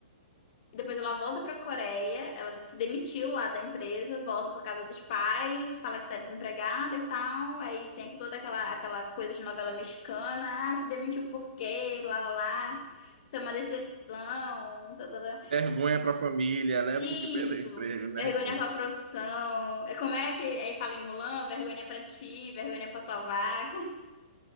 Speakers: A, on the left (about 50°); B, on the right (about 75°).
A: Depois ela volta pra Coreia. Ela se demitiu lá da empresa, volta pra casa dos pais, fala que tá desempregada e tal. Aí tem aqui toda aquela, aquela coisa de novela mexicana. Ah, se demitiu por quê? Lá, lá. lá. Isso é uma decepção. Tadadã.
B: Vergonha para a família, né?
A: Isso.
B: Porque perdeu o emprego, vergonha.
A: Vergonha pra profissão. É como é que aí fala em Mulan? Vergonha pra ti, vergonha pra tua vaca. <laughs>